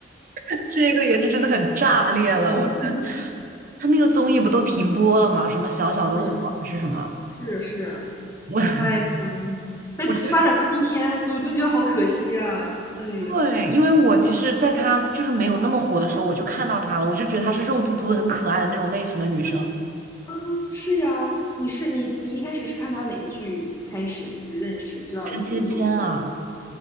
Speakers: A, on the right; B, on the left.
A: <laughs> 这个也是真的很炸裂了，
B: <laughs>
A: 我真，他那个综艺不都停播了吗？什么小小的我还是什么？
B: 嗯，是是，
A: 我
B: 哎呀，它其发展到今天，
A: 我觉得
B: 我真觉得好可惜啊！哎呀，
A: 对，因为我其实在她就是没有那么火的时候，我就看到她了，我就觉得她是肉嘟嘟的、很可爱的那种类型的女生，
B: 嗯，是呀，你是你你一开始是看他哪个剧开始就是认识知道有有这个人？
A: 韩芊芊啊，